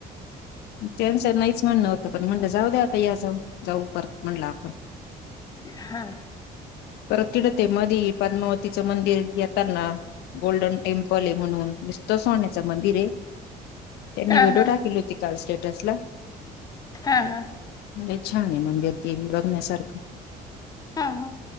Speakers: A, on the left (about 75°); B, on the left (about 20°).
A: त्यांचं नाहीच म्हणणं होतं पण म्हणलं जाऊ द्या आता या जाऊ जाऊ परत म्हणलं आपण
B: हा.
A: परत तिते मधी पद्मावतीचं मंदिर येताना गोल्डन टेम्प पल म्हणून नुसत सोण्याच मंदिर आहे त्यांनी
B: हां,
A: व्हिडिओ
B: हां.
A: टाकले होते. चाल स्टेटस ला.
B: हा हा.
A: म्हे छान आहे मंबतील लगण्यासारखं
B: हां, हां.